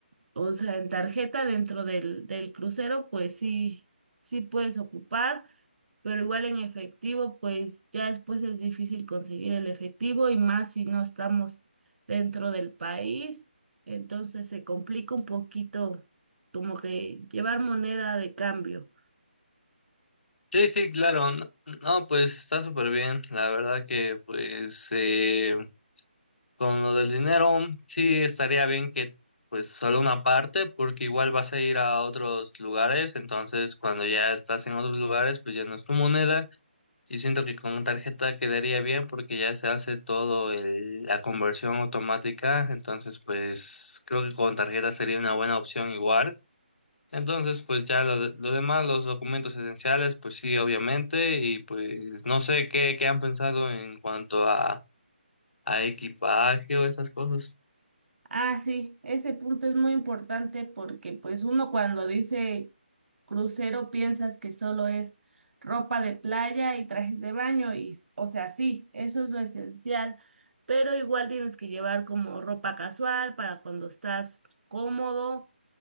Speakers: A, on the right; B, on the left.
A: o sea, en tarjeta dentro del, del crucero, pues sí, sí puedes ocupar, pero igual en efectivo, pues ya después es difícil conseguir el efectivo y más si no estamos dentro del país, entonces se complica un poquito como que llevar moneda de cambio.
B: Sí, sí, claro. No, no, pues está súper bien. La verdad que pues eh, con lo del dinero sí estaría bien que pues solo una parte porque igual vas a ir a otros lugares. Entonces cuando ya estás en otros lugares pues ya no es tu moneda y siento que con tarjeta quedaría bien porque ya se hace todo el, la conversión automática. Entonces pues creo que con tarjeta sería una buena opción igual. Entonces, pues ya lo, lo demás, los documentos esenciales, pues sí, obviamente, y pues no sé qué, qué han pensado en cuanto a, a equipaje o esas cosas.
A: Ah, sí, ese punto es muy importante porque pues uno cuando dice crucero piensas que solo es ropa de playa y trajes de baño y, s- o sea, sí, eso es lo esencial, pero igual tienes que llevar como ropa casual para cuando estás cómodo